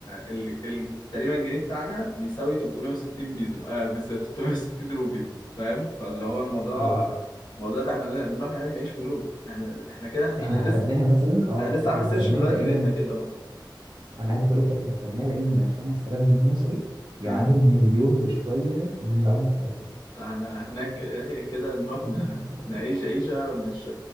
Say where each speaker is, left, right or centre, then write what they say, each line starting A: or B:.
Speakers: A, on the left; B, on the right.
A: ال ال تقريبا الجنيه بتاعنا بيساوي 360 بيزو اه بس 360 روبي فاهم فاللي هو الموضوع
B: اه
A: الموضوع ده احنا نروح هناك نعيش ملوك احنا احنا كده احنا
B: احنا
A: انا
B: حسبناها
A: لسه
B: مثلا اه
A: انا لسه
B: احنا
A: عامل سيرش
B: حسبناها
A: دلوقتي
B: لقينا
A: لقيتها
B: إن-
A: كده اه
B: انا عايز اقول لك احنا حسبناها لقينا ان ال 5000 جنيه مصري يعادل
A: امم
B: مليون وشوية من العملة بتاعتهم
A: احنا هناك هي كده نروح
B: <laughs>
A: ن- نعيش عيشة مش